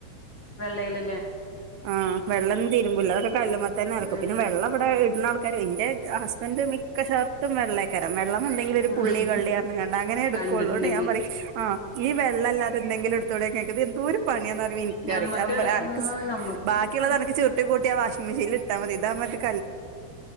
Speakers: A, on the left; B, on the right.
A: വെള്ളൽല്ലേ
B: ആഹ് വെള്ളൊന്നും തിരുമ്പൂല്ല അതൊ കല്ല്മത്തന്നെ അലക്കു
A: വെള്ള
B: പിന്നെ വെള്ളം ഇവിടെ ഇടുന്ന ആൾ കാര് ന്റെ ഹസ്ബൻഡ് മിക്ക ഷർട്ടും വെള്ളേക്കാരം വെൽക വെള്ളം എന്തെങ്കിലും ഒരു
A: ആഹ്
B: പുള്ളി കള്ളി അങ്ങനെ എടുക്കള്ളൂ
A: കണ്ടിട്ടുണ്ടെങ്കി
B: ഞാൻ പറയും ആ ഈ വെള്ളമല്ലാത എന്തെങ്കിലും ഇത്തോടെ കേൾക്കത് എന്തോരു പണിയാന്ന് അറിയോ ഇനിക്കറിയാം
A: ഞമ്മക്ക് ആഹ്
B: <unintelligible>
A: നമ്മക്ക്
B: ബാക്കിയുള്ളത്
A: എന്താ
B: തനക്ക്
A: പറയാ
B: ചുരുട്ടി കൂട്ടിയ ആ വാഷിങ് മെഷീൽ ഇട്ടാൽ മതി ഇതാകുമ്പോൾ അനക്